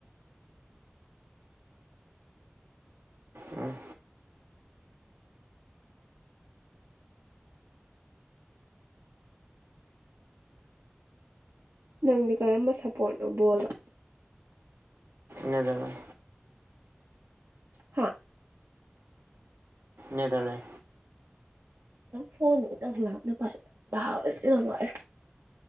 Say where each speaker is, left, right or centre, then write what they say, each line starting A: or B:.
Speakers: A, on the right (about 65°); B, on the right (about 85°).
A: ꯎꯝ
B: ꯅꯪꯗꯤ ꯀꯔꯝꯕ ꯁꯞꯄꯣꯔꯠꯅꯣ ꯕꯣꯜꯗ
A: ꯅꯦꯗꯔꯂꯦꯟ
B: ꯍꯥ
A: ꯅꯦꯗꯔꯂꯦꯟ
B: ꯐꯣꯟꯗꯪ ꯂꯅ ꯄꯔꯃꯦꯥꯕꯁꯨ ꯊ ꯃꯥꯔꯦ